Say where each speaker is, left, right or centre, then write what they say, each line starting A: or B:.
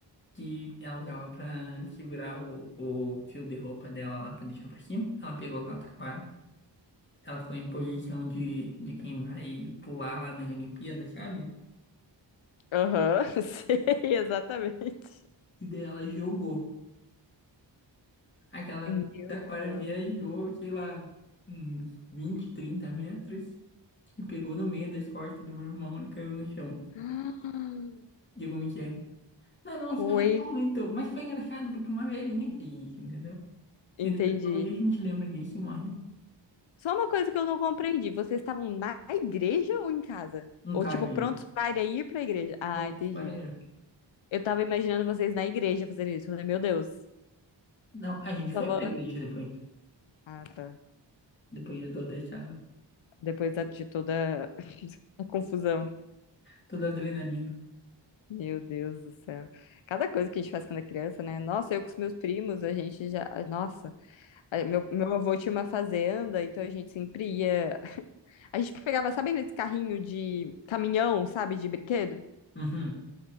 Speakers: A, on the left; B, on the left.
A: que ela usava pra segurar o, o fio de roupa dela lá pra deixar pra cima. Ela pegou aquela taquara. Ela ficou em posição de, de quem vai pular lá nas Olimpíadas, sabe?
B: Aham, <laughs> sei, exatamente.
A: E daí ela jogou. Aquela
B: Meu
A: taquara
B: Deus.
A: viajou, sei lá, uns 20, 30 metros e pegou no meio das costas do meu irmão e caiu no chão.
B: Ah,
A: Digo, me Não, não,
B: Coi,
A: se machucou muito. Mas foi engraçado porque uma velhinha fez isso, entendeu?
B: entendi.
A: E daí até hoje a gente lembra disso e morre né?
B: Só uma coisa que eu não compreendi. Vocês estavam na igreja ou em casa?
A: um
B: Ou
A: caso
B: tipo,
A: ainda.
B: prontos para ir pra igreja? Ah,
A: Prontos
B: entendi.
A: para ir.
B: Eu tava imaginando vocês na igreja fazendo isso. Eu falei, meu Deus,
A: Não, a gente
B: só
A: foi
B: vou.
A: pra igreja depois.
B: Ah, tá.
A: Depois de toda essa,
B: Depois da- de toda <laughs> a confusão.
A: toda a adrenalina.
B: Meu Deus do céu. Cada coisa que a gente faz quando é criança, né? Nossa, eu com os meus primos, a gente já. Nossa, eh, meu, meu avô tinha uma fazenda, então a gente sempre ia. <laughs> A gente pegava, sabe aqueles carrinho de caminhão, sabe, de brinquedo?
A: Uhum.